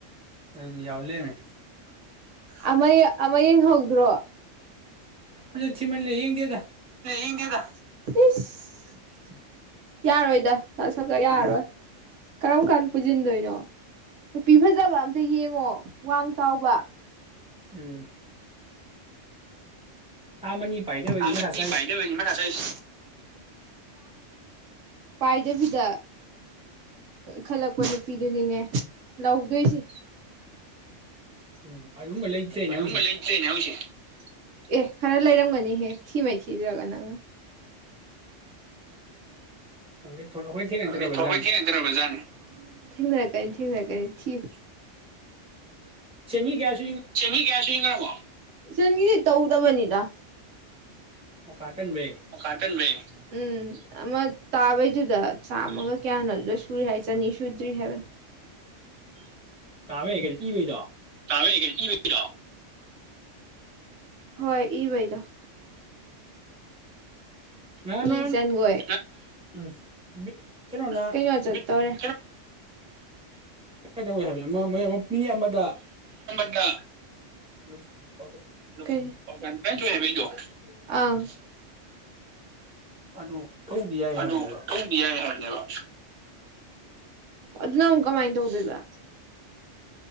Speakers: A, in the centre; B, on the right (about 80°).
A: ꯑꯝ ꯌꯥꯎꯂꯦꯅꯦ
B: ꯑꯃ ꯑꯃ ꯌꯦꯡꯍꯧꯗ꯭ꯔꯣ
A: ꯃꯁꯛ ꯊꯤꯃꯜꯂꯦ ꯌꯦꯡꯗꯦꯗ꯫
B: ꯌꯦꯡꯗꯦꯗ ꯏꯁ
A: <inaudible>
B: ꯌꯥꯔꯣꯏꯗ ꯌꯥꯔꯔꯣꯏ ꯀꯔꯝ ꯀꯥꯟ ꯄꯨꯁꯤꯟꯗꯣꯏꯅꯣ ꯅꯨꯄꯤ ꯐꯖꯕ ꯑꯃꯇ ꯌꯦꯡꯉꯣ ꯋꯥꯡ ꯆꯥꯎꯕ꯫
A: ꯎꯝ ꯊꯥ ꯃꯅꯤ ꯄꯥꯏꯗꯕꯩꯅꯤ
B: ꯇꯥꯃꯅꯤ
A: ꯃꯊꯥ ꯁꯥꯏꯁꯦ
B: ꯄꯥꯏꯗꯕꯩꯅꯦ ꯃꯊꯥ ꯁꯥꯏꯁꯦ ꯄꯥꯏꯗꯕꯤꯗ ꯈꯜꯂꯛꯄ ꯅꯨꯄꯤꯗꯨꯅꯤꯅꯦ ꯂꯧꯗꯣꯏꯁꯦ꯫
A: ꯎꯝ ꯑꯗꯨꯒꯨꯝꯕ ꯂꯩꯇ꯭ꯔꯦꯅꯦ
B: ꯑꯗꯨꯝꯕ
A: ꯍꯧꯖꯤꯛꯁꯦ
B: ꯂꯩꯇꯔꯦꯅꯦ ꯍꯧꯖꯤꯛ ꯑꯦ ꯈꯔ ꯂꯩꯔꯝꯒꯅꯤꯍꯦ ꯊꯤꯃꯩ ꯊꯤꯗ꯭ꯔꯒ ꯅꯪꯅ
A: ꯈꯪꯗꯦ ꯑꯩꯈꯣꯏ ꯊꯦꯡꯅꯗ꯭ꯔꯕꯖꯥꯠꯅꯤ
B: ꯈꯪ ꯊꯣꯛꯄꯣꯏ ꯊꯦꯡꯅꯗ꯭ꯔꯔꯕꯖꯥꯠꯅꯤ <unintelligible> ꯊꯦꯡꯅꯔꯛꯀꯅꯤ ꯊꯦꯡꯅꯔꯛꯀꯅꯤ ꯊꯤꯌꯨ
A: ꯆꯅꯤ ꯀꯌꯥꯁꯤ
B: ꯆꯅꯤ ꯀꯌꯥꯁ ꯀꯃꯣ ꯏꯆꯟꯒꯤꯗꯤ ꯇꯧꯗꯕꯅꯤꯗ
A: ꯃꯀꯥ ꯇꯟꯕꯩ
B: ꯍ ꯀꯥꯇꯟ ꯃ <unintelligible> ꯎꯝ ꯑꯃ ꯇꯥꯕꯩꯗꯨꯗ ꯆꯥꯝꯃꯒ ꯀꯌꯥꯅꯣꯗꯨꯗ ꯁꯨꯔꯤ ꯍꯥꯏ ꯆꯅꯤ ꯁꯨꯗ꯭ꯔꯤ ꯍꯥꯏꯕꯅ
A: ꯇꯥꯕꯦ ꯍꯦꯒꯦ ꯏꯕꯩꯗꯣ
B: ꯇꯥꯕꯦ ꯍꯦꯒꯦ ꯏꯕꯩꯗꯣ꯫ ꯍꯣꯏ ꯏꯕꯩꯗꯣ
A: ꯉꯔꯥꯡ
B: ꯃꯤ
A: ꯅꯍꯥꯟ
B: ꯏꯆꯥꯟꯈꯣꯏ
A: ꯎꯝ ꯀꯩꯅꯣꯅ
B: ꯀꯩꯅꯣ ꯆꯜ ꯇꯧꯔꯦ
A: ꯀꯩꯗꯧꯒꯦ ꯍꯥꯢꯕꯅꯣ꯫ ꯑꯃ ꯃꯣꯏ ꯑꯃ ꯃꯤ ꯑꯃꯗ꯫
B: ꯇ꯫
A: ꯅꯨꯄ꯫
B: ꯀꯩ ꯑ ꯫
A: ꯑꯗꯨ꯫ ꯇꯧꯕꯗꯤ ꯌꯥꯏ
B: ꯑꯗꯨ
A: ꯍꯥꯏꯕꯅꯦꯕ
B: ꯇꯝꯕꯤ ꯌꯥꯏ ꯍꯥꯏꯅꯦꯕ꯫ ꯑꯗꯨꯅꯃꯨꯛ ꯀꯃꯥꯏꯅ ꯇꯧꯗꯣꯏꯕ꯫